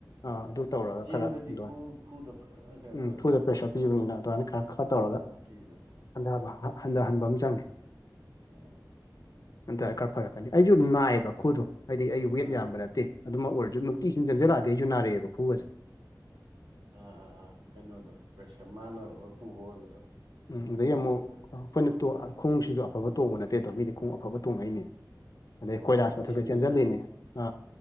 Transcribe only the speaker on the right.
ꯆꯦꯟꯕꯗꯤ
ꯈꯨ ꯈꯨꯗ ꯐꯖꯅ ꯀꯩꯅꯣ
ꯇꯧꯋꯦꯕ
ꯄꯤꯕꯑ
ꯎꯝ
ꯑꯥ
ꯑꯥ ꯑꯥ ꯑꯥ ꯀꯩꯅꯣꯗꯣ ꯄ꯭ꯔꯦꯁꯔ ꯃꯥꯅ ꯂꯣꯏ ꯄꯨꯕ ꯑꯣꯏꯕꯗꯣ
ꯑꯗꯨ
ꯑꯣꯏꯕꯗ
ꯑꯣ
ꯆꯦꯟꯕꯒꯤꯁꯦ